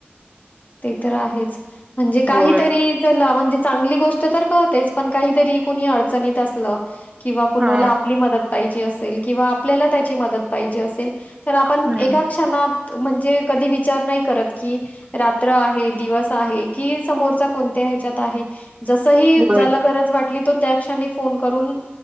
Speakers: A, on the left; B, on the right.
A: ते तर आहेच, म्हणजे काहीतरी
B: होय
A: चला म्हणजे चांगली गोष्ट तर कळतेच, पण काहीतरी कुणी अडचणीत असलं किंवा कुणाला
B: हा
A: आपली मदत पाहीजे असेल किंवा आपल्याला त्याची मदत पाहिजे असेल तर आपण
B: हम्म
A: एका क्षणात म्हणजे कधी विचार नाही करत की रात्र आहे दिवस आहे की, समोरचा कोणत्या हेच्यात आहे? जस ही
B: होय
A: ज्याला गरज वाटली. तो त्या क्षणी फोन करून